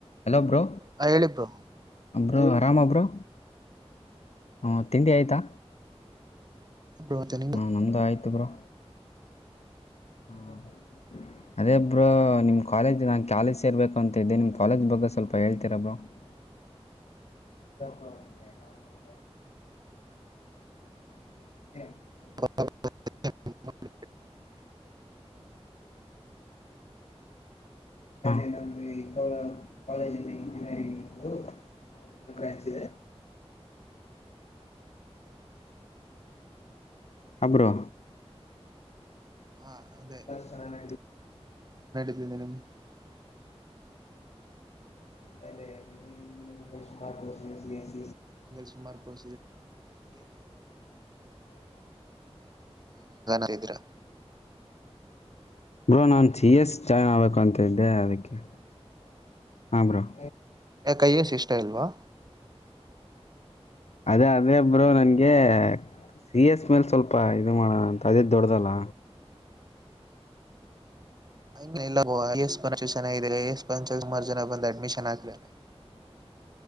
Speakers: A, on the left; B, on the right.
A: ಹಲೋ ಬ್ರೋ
B: ಹ ಹೇಳಿ ಬ್ರೋ
A: ಅ ಬ್ರೊ ಆರಾಮ ಬ್ರೊ ಹಾ ತಿಂಡಿ ಆಯಿತಾ
B: ಬ್ರೋ ಮತ್ತೆ ನಿಮ್ದು
A: ಹಾ ನಮ್ದ್ ಆಯ್ತ್ ತ್ ಬ್ರೋ ಹ ಅದೇ ಬ್ರೊ ನಿಮ್ ಕಾಲೇಜ್ ನಾನು ಕಾಲೇಜ್ ಸೇರ್ಬೇಕು ಅಂತ ಇದ್ದೆ ನಿಮ್ಮ ಕಾಲೇಜ್ ಬಗ್ಗೆ ಸ್ವಲ್ಪ ಹೇಳ್ತೀರ ಬ್ರೋ ಹೆ ನಾನ <unintelligible> ಹ
B: ಹ
A: ನಮ್ದ ಕಾಲೇಜಲ್ಲಿ ಇಂಜಿನಿಯರಿಂಗ್ ಇ ಗ್ರಹಿಸಿದೆ ಅಬ್ರರೋ
B: ಹ ಅದೇ
A: ಲ್ಲ ಸ್ಥಾನಾನ
B: ಎಂದ
A: <inaudible>
B: ಸುಮಾರು ಕೋ <inaudible>
A: ಬ್ರೋ ನನ್ಸ ಎಸ್ ಚೈನಾ ಬೇಕಂತ <unintelligible> ನಿಂದ್ ಯದಕ್ಕೆ <unintelligible> ಹಾಮ್ರ <inaudible>
B: ಯ ಕೈಯಸ್ ಇಷ್ಟ ಇಲ್ವಾ
A: ಅದೇ ಅದೇ ಒಬ್ರು ನನ್ಗೆ ಸಿ ಎಸ್ ಮೇಲ್ ಸ್ವಲ್ಪ ಇದು ಮಾಡೋಣ ಅಂತ ಅದೇ ದೊಡ್ಡ್ದಲ್ಲ
B: ಹ ಇಲ್ಲಸ್ ಪಂ ಜನ ಎಸ್ ಪಂಚ್ ಕುಮಾರ್ ಜನ ಬಂದ ಅಡ್ಮಿಶನ್ ಹಾದ್ದಾರೆ